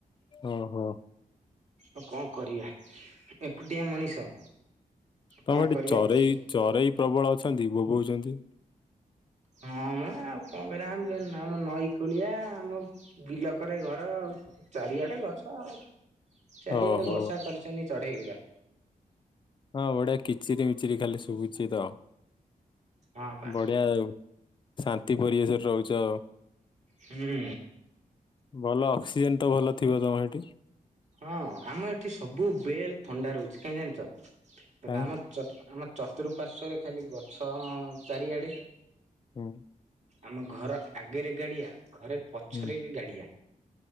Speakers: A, on the left; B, on the right.
A: ଓ ହୋ।
B: ଅ କଣ କରିବା ଏକୁଟିଆ ମଣିଷ।
A: ତମ
B: କଣ
A: ଏଠି
B: କରିବା
A: ଚରେଇ
B: ଆଉ
A: ଚରେଇ ପ୍ରବଳ ଅଛନ୍ତି ବୋବଉଚନ୍ତି।
B: ହଁ ମା ଆଉ କଣ କରିବା ଆମ ନ ନଈକୋଳିଆ ଆମ। ବିଲ କରେ ଘର ଆଉ। ଚାରିଆଡେ ଗଛ ଆଉ ଚାରିଆଡେ
A: ଓହୋ
B: ବର୍ଷା କରିଛନ୍ତି ଚଢେଇଉରା।
A: ହଁ ବଢିଆ କିଚିରି ମିଚିରି ଖାଲି ଶୁଭୁଚି ତ।
B: ହଁ ବା
A: ବଢିଆ ଆାଉ ଶାନ୍ତି ପରିବେଶରେ ରହୁଚ।
B: ହୁଁ।
A: ଭଲ ଅକ୍ସିଜେନ ତ ଭଲ ଥିବ ତମ ହେଟି।
B: ହଁ ଆମେ ଏଠି ସବୁ ବେଲ୍ ଥଣ୍ଡା ରହୁଛି କାହିଁ ଜାଣିଚ ଦେଖ
A: କାଇଁ
B: ଆମ ଚ ଆମ। ଚତୁଃପାର୍ଶ୍ଵରେ ଖାଲି ଗଛ ଚାରିଆଡ଼େ।
A: ହୁଁ
B: ଆମ ଘର ଆଗରେ ଗାଡ଼ିଆ ଘରେ ପଛରେ
A: ହୁଁ
B: ବି ଗାଡ଼ିଆ